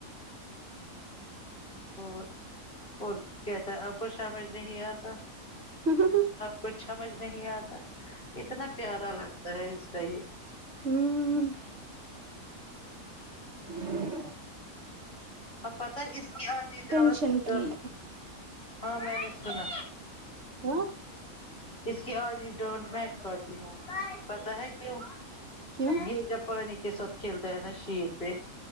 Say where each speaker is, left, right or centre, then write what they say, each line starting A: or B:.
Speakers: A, on the left; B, on the right.
A: اور اور کہتا آ کو سمجھ نہیں آتا
B: ہں ہن ہں ٹھیک ہے جی
A: کچھ سمجھ نہیں آتا اتنا پیارا لگتا ہے اس کا یہ
B: ہوں ج <unintelligible>
A: اب پتا ہے اس کی آ
B: ٹینشن کی
A: ہاں میں نے سنا
B: ہاں
A: اس کی آوجی ڈونٹ میں کر تی ہوں پتا ہے کیوں
B: کیوں
A: یہ جب پانی کے ساتھ کھیلتا ہے نا شییر پہ